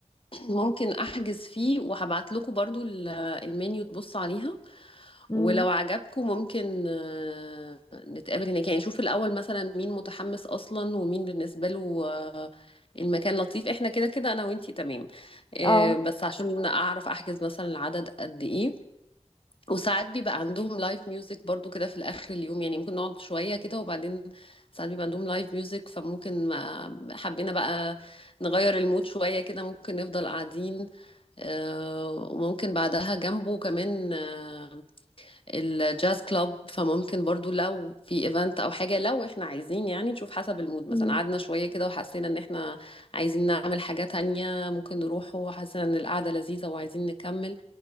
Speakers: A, on the left; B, on the left.
A: <clears throat> احجز فيه وهبعت لكم برضو ال- المنيو تبص عليها
B: امم
A: ولو عجبكم ممكن آه، نتقابل هناك يعني نشوف الأول مثلا مين متحمس أصلا ومين بالنسبة له آه، المكان لطيف احنا كده كده أنا وإنتي تمام آه،
B: اه
A: بس عشان أعرف أحجز مثلا العدد قد إيه وساعات بيبقى عندهم لايف ميوزك برضو كده في الآخر اليوم يعني ممكن نقعد شوية كده وبعدين ساعات بيبقى عندهم لايف ميوزك فممكن آه، حبينا بقى نغير المود شوية كده ممكن نفضل قاعدين آه، وممكن بعدها جنبه كمان آه، الجاز كلاب فممكن برضو لو في ايفنت او حاجة لو احنا عايزين يعني نشوف حسب المود مثلا
B: مم.
A: قعدنا شوية كده وحسينا ان احنا عايزين نعمل حاجة تانية ممكن نروحه وحسينا ان القعدة لذيذة وعايزين نكمل